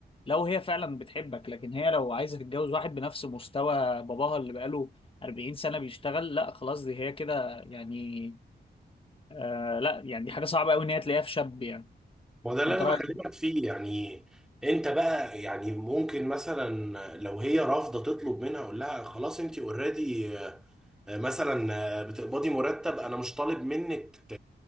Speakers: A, on the left; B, in the centre.
A: لو هي فعلا بتحبك لكن هي لو عايزه تتجوز واحد بنفس مستوى باباها اللي بقاله 40 سنه بيشتغل لا خلاص دي هي كده يعني آه لا يعني دي حاجه صعبه قوي ان هي تلاقيها في شاب يعني
B: ما هو ده اللي
A: انت
B: انا
A: رايك
B: بكلمك فيه يعني انت بقى يعني ممكن مثلا لو هي رافضه تطلب منها اقول لها خلاص انت اوريدي مثلا آه، بتقبضي مرتب انا مش طالب منك